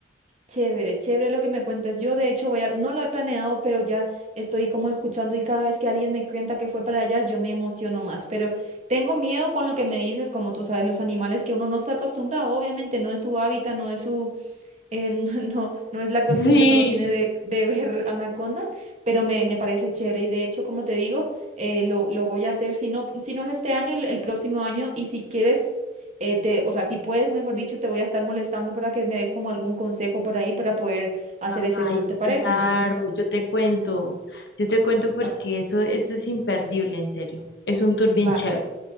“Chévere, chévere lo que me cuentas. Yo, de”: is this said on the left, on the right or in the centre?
Right